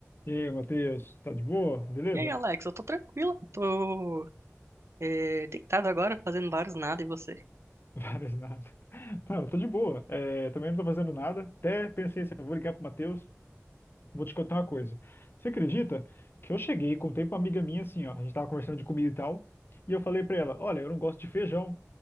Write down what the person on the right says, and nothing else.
E aí, Alex, eu tô tranquilo, tô é, deitado agora, fazendo vários nada, e você?